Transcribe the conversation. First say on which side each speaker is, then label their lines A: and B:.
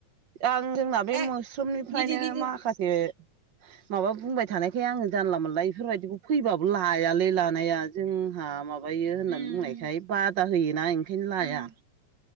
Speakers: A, on the right; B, on the right.
A: आं जोंना बे
B: ए
A: मोस्रुमनिफ्रायनो
B: गिदिर गिदिर
A: माखासे माबा बुंबाय थानायखाय आङो जानला मोनला ऐफोरबायदिखौ फैबाबो लायालै लानाया जोंहा मा माबायो होननानै
B: उम
A: बुंनायखाय
B: उम
A: बादा होयोना ओंखायनो लाया।
B: उम